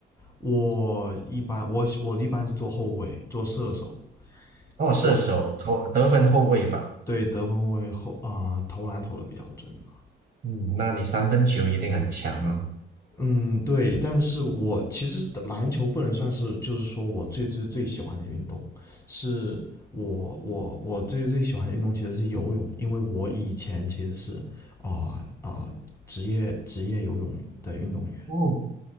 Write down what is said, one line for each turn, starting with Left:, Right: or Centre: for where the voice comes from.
Left: 我一般我我一般是做后卫，做射手。
Right: 哦，射手、
Left: 我
Right: 投得分后卫吧。
Left: 对得分后卫后啊、投篮投的比较准嘛。
Right: 嗯，那你三分球一定很强啊。
Left: 嗯，对，但是我其实篮球不能算是，就是说我最最最喜欢的运动，是我我我最最喜欢的运动其实是游泳，因为我以前其实是啊啊、职业职业游泳的运动员。
Right: 哦